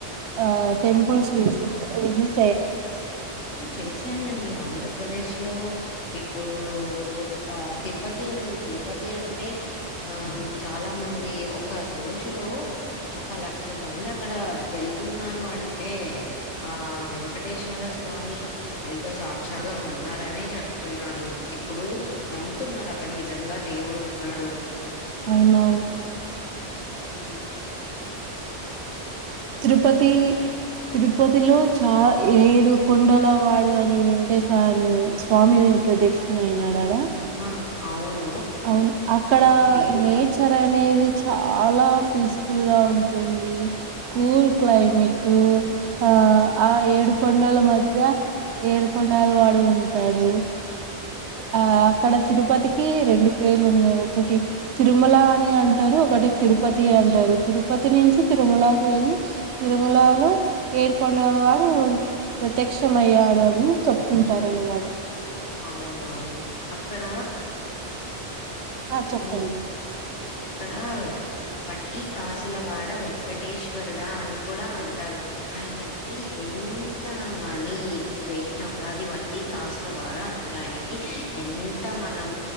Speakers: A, on the right; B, on the left.
A: ఆ టెంపుల్స్ విజి విజిస్
B: చేశానండి ఆంధ్రప్రదేశ్ లో ఇప్పుడు ఆ తిరుపతి ఉంది తిరు ఉపతి అంటే ఆ చాలా మంది ఒక రోజులో ఒక లక్షం మంది అక్కడ వెళ్తున్నారు అంటే ఆ వెం వెంకటేశ్వర స్వామి ఎంతో సాక్షాగా ఉన్నారనే చెప్తున్నా ఇప్పుడు నమ్ముతున్నారు అక్కడ నిజంగా దేవుడు ఉన్నాడు అని
A: అవునావు
B: ఉమ్
A: తిరుపతి తిరుపతిలో చా ఏడు కొండల వాడు అని వెంకటేశ్వరని స్వామి ప్రద్యక్షం అయినాడడా
B: ఆ అవును
A: అవును అక్కడ
B: వేడు
A: నేచర్ అనేది చాలా ఫీస్ఫుల్ గా ఉంటుంది, కూల్ క్లైమేటు ఆ ఆ ఏడుకొండల మధ్య ఏడుకొండల వాడు ఉంటాడు, ఆ అక్కడ తిరుపతికి రెండు పేర్లున్నాయి ఒకటి తిరుమల అని అంటారు, ఒకటి తిరుపతి అంటారు, తిరుపతి నుంచి తిరుమలాకి వెళ్ళి, తిరుమలలో ఏడుకొండల వాడు ప్రత్యక్షం అయ్యాడు అని చెప్తుంటారన్నమాట.
B: అవునవును అక్కడ
A: ఆ చెప్పండి.
B: ఉమ్, అక్కడ వడ్డీ కాసులవాడ వెంకటేశ్వరుడా అని కూడా అంటారు, ఆయనకి ఎన్ ఎంత మా నీ వేసినప్పుడు అది వడ్డీ కాసుల వాడ అంటారు ఆయనకి ఎంత మనం